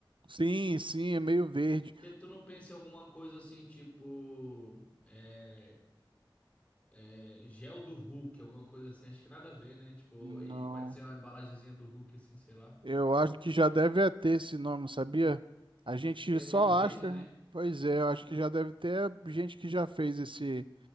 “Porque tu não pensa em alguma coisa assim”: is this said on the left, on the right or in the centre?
Left